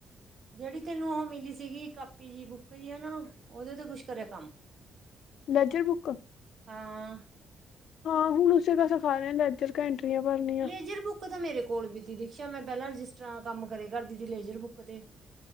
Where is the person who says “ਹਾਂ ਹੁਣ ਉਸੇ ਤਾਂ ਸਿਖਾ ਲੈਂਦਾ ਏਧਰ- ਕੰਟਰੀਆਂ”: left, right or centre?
Left